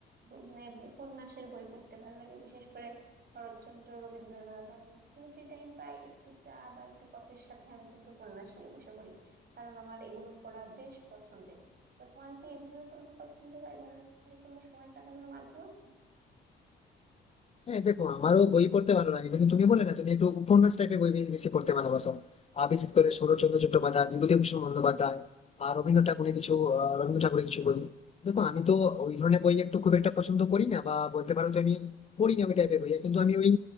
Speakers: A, on the right; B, on the left.
A: ব- মানে উপন্যাসের বই পড়তে ভালো লাগে বিশেষ করে শরৎচন্দ্র রবীন্দ্রনাথ আমি যখনই ফ্রি টাইম পাই একটু চা বা একটু কফির সাথে আমি কিন্তু উপন্যাস নিয়ে বসে পড়ি কারণ আমার এগুলো পড়া বেশ পছন্দের তো তোমার কি এই ধরনের কোনো পছন্দ বা এই ধরনের কোনো সময় কাটানোর মাধ্যম আছে
B: হ্যাঁ দেখো আমারও বই পড়তে ভালো লাগে কিন্তু তুমি বলে না তুমি একটু উপন্যাস টাইপের বই বে- বেশি পড়তে ভালোবাসো আর বিশেষ করে শরৎচন্দ্র চট্টোপাধ্যায় বিভূতিভূষণ বন্দ্যোপাধ্যায় আর রবীন্দ্র ঠাকুরের কিছু আহ, রবীন্দ্র ঠাকুরের কিছু বই দেখো আমি তো ওই ধরনের বই একটু খুব একটা
A: হুম,
B: পছন্দ করি না বা বলতে পারো তো আমি পড়ি না ওই টাইপের বই কিন্তু আমি ওই